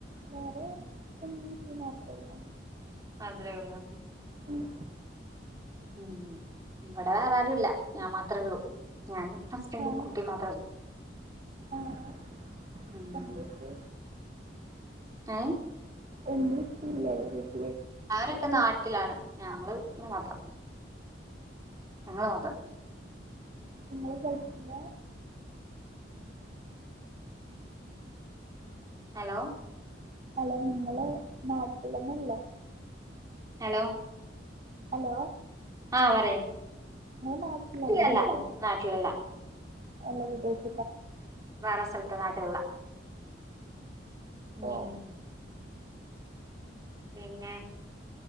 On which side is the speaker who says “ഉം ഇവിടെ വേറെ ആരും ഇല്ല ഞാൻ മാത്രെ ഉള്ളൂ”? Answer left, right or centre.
Right